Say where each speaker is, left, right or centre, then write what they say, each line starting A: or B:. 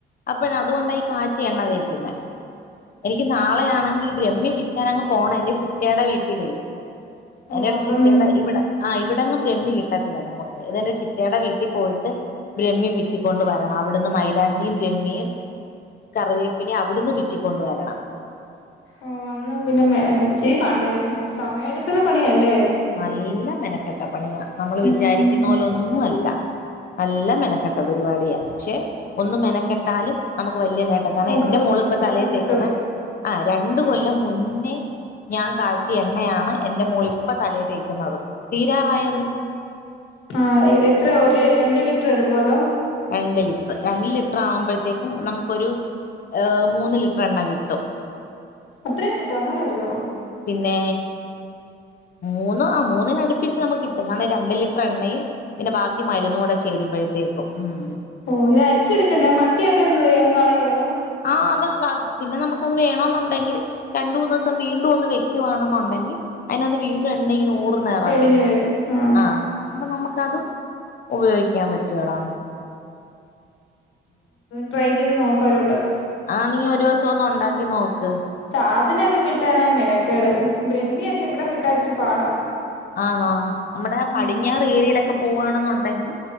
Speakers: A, on the left (about 50°); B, on the left (about 85°).
A: അപ്പഴ് അത് കൊണ്ടാ ഈ കാച്ചി എണ്ണ തേക്കുന്നേ എനിക്ക് നാളെയാണെങ്കി ബ്രഹ്മി പിച്ചാന് അങ്ങ് പോണം എന്റെ ചിറ്റടെ വീട്ടില്
B: ഓ
A: എന്റെ
B: അവിടൊന്നും
A: ചിറ്റടെ ഇവടെ ആഹ് ഇവടെങ്ങും ബ്രഹ്മി കിട്ടത്തില്ലാ നമ്മക്ക് ഇതെന്റെ ചിറ്റടെ വീട്ടി പോയിട്ട് ബ്രഹ്മി പിച്ചിക്കോണ്ട് വെരണം അവട്ന്ന് മൈലാഞ്ചിയും ബ്രഹ്മിയും കറിവേപ്പിലെയും അവട്ന്ന് പിച്ചിക്കൊണ്ട് വെരണം
B: ആഹ് വന്ന പിന്നെ മെ ഇച്ചിരി <unintelligible> സമയമെട്ക്കണ പണിയാല്ലേ
A: നല്ല മെനക്കെട്ട പണിയ നമ്മള്
B: ഉം
A: വിചാരി ക്കുന്ന പോലൊന്നും അല്ലാ നല്ല മെനക്കെട്ടാ പരിപാടിയാ പക്ഷെ ഒന്നു മെനക്കെട്ടാലും നമ്മക്ക് വല്ല്യാ നേട്ടം കാരണം
B: നമുക്ക്
A: എൻ്റെ മോള് ഇപ്പോ
B: ഗുണം
A: തലേ
B: കിട്ടും
A: തേക്ക്ന്നെ ആഹ് രണ്ട് കൊല്ലം മുന്നേ ഞാൻ കാച്ചിയ എണ്ണയാണ് എന്റെ മോള് ഇ പ്പം തലേ തേക്ക്ന്നതും തീരാറായത്
B: ആഹ് എത്രയാ
A: ആ
B: ഒര് രണ്ട് ലിറ്റർ എടുക്കുവോ അതോ
A: രണ്ട് ലിറ്റർ രണ്ട് ലിറ്റർ ആവ്മ്പഴത്തേക്കും നമ്മക്കൊരു ഏഹ് മൂന്ന് ലിറ്റർ എണ്ണ കിട്ടും
B: അത്രയും കിട്ടുവോ അങ്ങനെ വെരുവോ
A: പിന്നെ മൂന്ന് ആഹ് മൂന്നിന് അടിപ്പിച്ച് നമ്മക്ക് കിട്ടും കാരണം രണ്ട് ലിറ്റർ എണ്ണയും പിന്നെ ബാ ക്ക് മരുന്നൂടെ ചേരുമ്പഴത്തേക്കും ഉം
B: ഓഹ് ഇത് അരിച്ചെടുക്കണ്ടേ ആഹ് മട്ടി അപ്പൊ എന്തോ ചെയ്യം കളയോ അതോ
A: ആഹ് അത് ക പിന്നെ നമ്മക്കത് വേണോന്നുണ്ടെങ്കില് രണ്ട് മൂന്ന് ഇസം വീണ്ടും ഒന്ന് വെക്ക്യാവാണെന്ന് ഒണ്ടെങ്കി അയിന്റത്ത് വീണ്ടും എണ്ണ ഇങ്ങനേ ഊർന്ന് എറങ്ങും
B: തെളിഞ്ഞു വരും ആ
A: ആഹ് അപ്പൊ നമക്ക് അതും ഉപയോഗിക്കാൻ പറ്റൂടാ
B: ട്രൈ ചെയ്ത് നോക്കാം ഒര് വട്ടം
A: ആഹ് നീ ഒര്സം ഒന്ന് ഒണ്ടാക്കി നോക്ക്
B: സാധനയൊക്കെ കിട്ടാനാ മെനക്കേട് ബ്രഹ്മിയൊക്കെ ഇവടെ കിട്ടാൻ ഇച്ചിരി പാടാ
A: ആന്നോ നമ്മടെ പടിഞ്ഞാറ്
B: ഉം
A: ഏരിലൊക്കെ പോവണെന്നേണ്ടെങ്കി